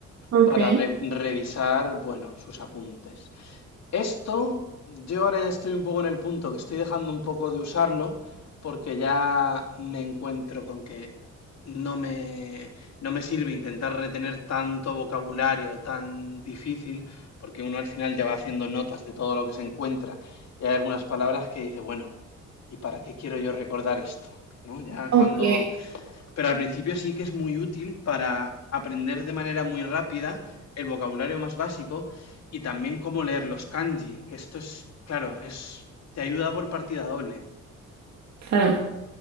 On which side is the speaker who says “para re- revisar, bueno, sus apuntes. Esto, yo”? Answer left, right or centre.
Left